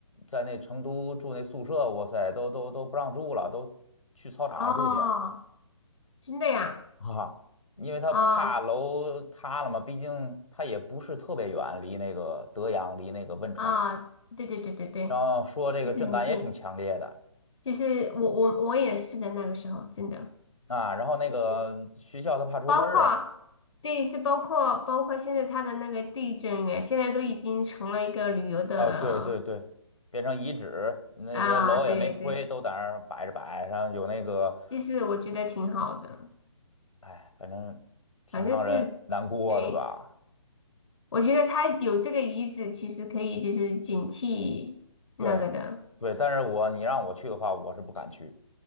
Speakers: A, on the left (about 85°); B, on the left (about 65°).
A: 在那成都住那宿舍，哇塞，都都都不让住了，都去操场上住去
B: 哦，真的呀，
A: 啊，因为他怕楼塌了嘛，
B: 哦
A: 毕竟他也不是特别远，离那个德阳，离那个汶川那个，
B: 啊，对对对对对，
A: 然后说这个震感也挺强烈的
B: 就是很近，就是我我我也是的那个时候，真的，
A: 啊，然后那个学校他怕出事儿。
B: 对，包括对，是包括包括现在他的那个地震哎，现在都已经成了一个旅游的
A: 啊，对对对，变成遗址，那些楼也没推，
B: 啊，对对，
A: 都在那儿摆着摆，然后有那个，
B: 其实我觉得挺好的，
A: 哎，反正挺让人难过的吧。
B: 反正是对。我觉得他有这个遗址，其实可以就是警惕那个的。
A: 对，对，但是我你让我去的话，我是不敢去。